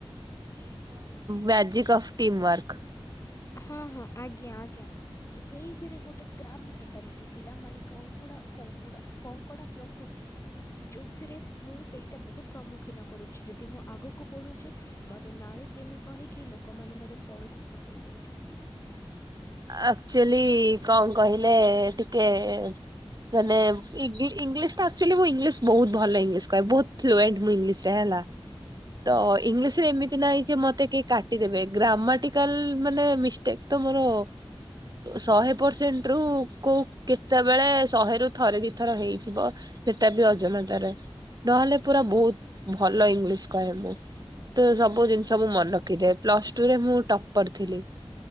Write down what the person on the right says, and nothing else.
Magic of team work.
ଆକ୍ଚୋଲି ଙ୍କ କହିଲେ ଟିକେ ମାନେ ଇଂଲିଶ୍ ଟା ଆକ୍ଚୋଲି ମୁଁ ଇଂଲିଶ୍ ବହୁତ୍ ଭଲ ଇଂଲିଶ୍ କହେ, ବହୁତ୍ ମୁଁ ଇଂଲିଶ ରେ ହେଲା। ତ
ଇଂଲିଶ୍ ରେ
ଏମିତି ନାହିଁ
ଯେ, ମତେ କାଟି ଦେବେ, ଗ୍ରାମାଟିକାଲ୍ ମାନେ ମିଷ୍ଟେକ୍ ତ ମୋର ଶହେ ପର୍ସେଣ୍ଟ୍ ରୁ କେତବଳେ ଶହେରୁୁ ଥରେ ଦି ଥର ହେଇଥିବ। ସେଟ ବି ଅଜ---ତାରେ, ନହେଲେ ପୁରା ବହୁତ୍ ଭଲ ଇଂଲିଶ୍ କହେ ମୁଁ ତ ସବୁ
ଜିନିଷ ମୁଁ ମନେ ରଖିଦିଏ ପ୍ଲସ ଟୁରେ ମୁଁ ଟପର ଥିଲି।